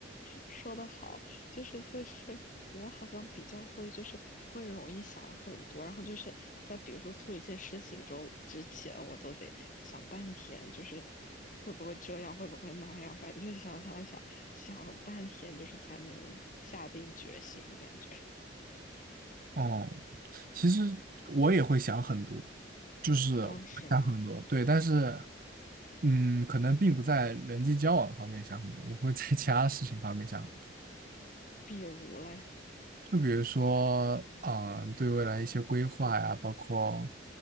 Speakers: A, on the left; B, on the right.
A: 说的好，就是就是我好像比较会，就是会容易想很多，然后就是在比如说做一件事情周之前，我都得想半天，就是会不会这样，会不会那样，反正就想想想想半天，就是才能下定决心，感觉。
B: 哦，其实我也会想很多，就是我会想很多，
A: 然后是吗？
B: 对，但是，嗯，可能并不在人际交往方面想很多，我会在其他事情方面想很多，
A: 比如嘞。
B: 就比如说，嗯，对未来一些规划呀，包括，